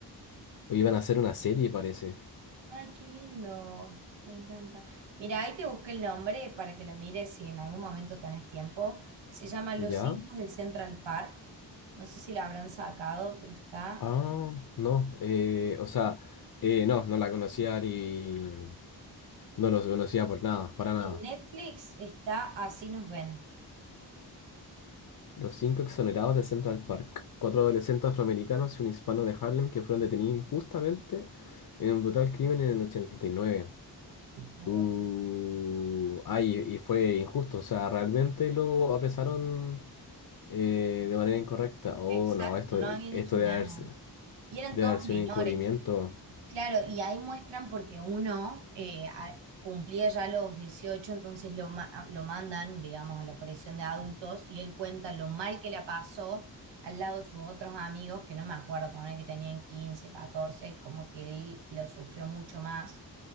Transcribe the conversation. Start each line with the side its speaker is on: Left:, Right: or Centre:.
Left: O iban a hacer una serie, parece.
Right: Ay, qué lindo. Me encanta. Mira, ahí te busqué el nombre para que lo mires si en algún momento tenés tiempo. Se llama Los
Left: ¿Ya?
Right: Cinco del Central Park. No sé si la habrán sacado, pero está...
Left: Ah, no. eh, o sea, eh, no, no la conocía y No los conocía por nada, para nada.
Right: En Netflix está Así nos ven.
Left: Los cinco exonerados de Central Park. Cuatro adolescentes afroamericanos y un hispano de Harlem que fueron detenidos injustamente en un brutal crimen en el 89.
Right: Muy
Left: Uh,
Right: bueno.
Left: ay, y fue injusto. O sea, realmente lo apresaron Eh, de manera incorrecta. Oh,
Right: Exacto,
Left: no, esto,
Right: no habían
Left: esto
Right: hecho
Left: debe
Right: nada.
Left: haber, s-
Right: Y eran
Left: debe
Right: todos
Left: haber sido
Right: menores.
Left: un encubrimiento.
Right: Claro, y ahí muestran porque uno eh, a- cumplía ya los 18, entonces lo, ma- lo mandan, digamos, a la prisión de adultos y él cuenta lo mal que la pasó al lado de sus otros amigos, que no me acuerdo, poner que tenían 15, 14, como que él lo sufrió mucho más,